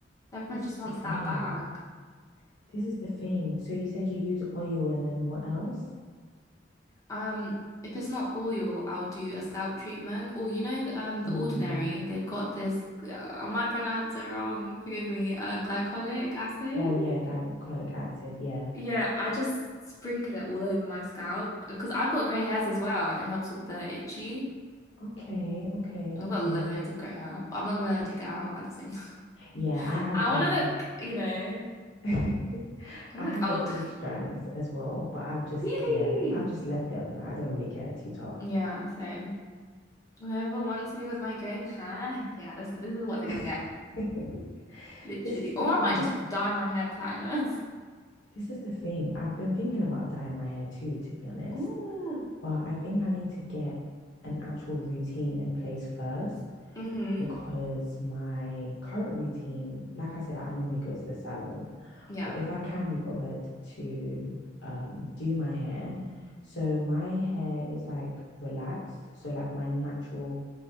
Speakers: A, on the left (about 20°); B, on the left (about 70°).
A: Everyone
B: This
A: just
B: is the
A: wants
B: thing.
A: that bag.
B: This is the thing. So you said you use oil and then what else?
A: Um, if it's not oil, I'll do a scalp treatment. Or you know, th- um,
B: Mm.
A: The Ordinary, they've got this, uh, I might pronounce it wrong, forgive me, uh, glycolic acid.
B: Oh yeah, glycolic acid. Yeah.
A: Yeah, I just sprinkle it all over my scalp because I've got grey hairs as well and it helps with the itchy.
B: Okay, okay,
A: I've
B: okay.
A: got loads of grey hair, but I'm not gonna take it out at the same time.
B: Yeah, I
A: <laughs>
B: have
A: I wanna
B: a
A: look, you know,
B: <laughs> I
A: I look
B: have
A: old.
B: a few strands as well, but I've just,
A: <laughs> Really?
B: yeah, I've just left them. Like, I don't really care. Too tough.
A: Yeah, same. Whoever wants me with my grey hair. Yeah, this this is what they're
B: <laughs>
A: gonna get.
B: <sighs>
A: Literally.
B: This is the
A: Or
B: thing.
A: I might just dye my hair platinum.
B: This is the thing. I've been thinking about dyeing my hair too, to be honest.
A: <laughs> Ooh.
B: But I think I need to get an actual routine in place first
A: Mm-hmm.
B: because my current routine, like I said, I normally go to the salon.
A: Yeah.
B: But if I can be bothered to um, do my hair, so my hair is like relaxed. So like my natural